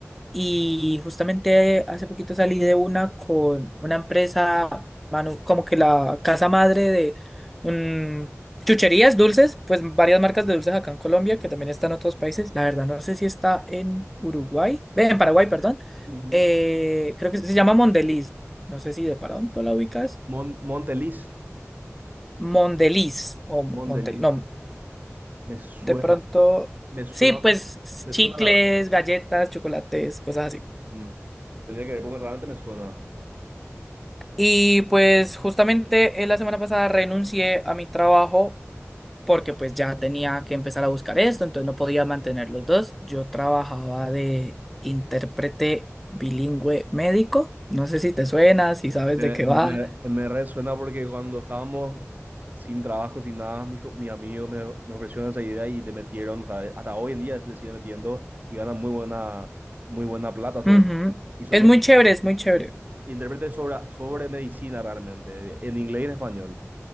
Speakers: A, in the centre; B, on the right (about 35°).
A: Y justamente hace poquito salí de una con una empresa, manu- como que la casa madre de un, chucherías, dulces, pues varias marcas de dulces acá en Colombia, que también están en otros países. La verdad, no sé si está en Uruguay, ve, en Paraguay, perdón.
B: Ujú.
A: Eh, creo que se llama Mondeliz. No sé si de pronto la ubicas.
B: Mon- Monteliz,
A: Mondeliz o
B: Monteliz,
A: Montel, no,
B: me suena,
A: de pronto.
B: me suena,
A: Sí, pues
B: me
A: chicles,
B: suena la verdad.
A: galletas, chocolates, cosas así.
B: Mm. Tendría que ver, porque realmente me suena.
A: Y pues justamente eh, la semana pasada renuncié a mi trabajo porque pues ya tenía que empezar a buscar esto, entonces no podía mantener los dos. Yo trabajaba de intérprete bilingüe médico. No sé si te suena, si sabes
B: Me,
A: de qué
B: me-
A: va.
B: me resuena porque cuando estábamos sin trabajo, sin nada, mis, co- mis amigos me, me ofrecieron esa idea y te metieron, o sea, hasta hoy en día le siguen metiendo y ganan muy buena, muy buena plata sobre,
A: Ujú.
B: y son
A: Es muy chévere, es muy chévere.
B: sí, intérpretes sobre, sobre medicina realmente, en inglés y en español.